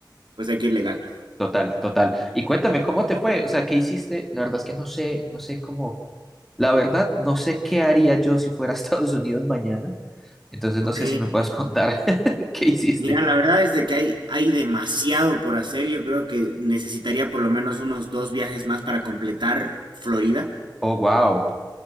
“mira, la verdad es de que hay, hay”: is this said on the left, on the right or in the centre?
Right